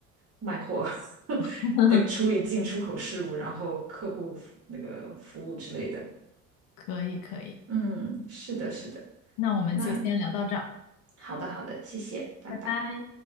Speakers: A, on the right; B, on the left.
A: 卖货，<laughs>
B: <laughs>
A: 呃处理进出口事务，然后客户服那个服务之类的。
B: 可以可以。
A: 嗯，是的，是的。
B: 那我们就先聊到这儿，
A: 那好的，好的，谢谢，拜拜。
B: 拜拜。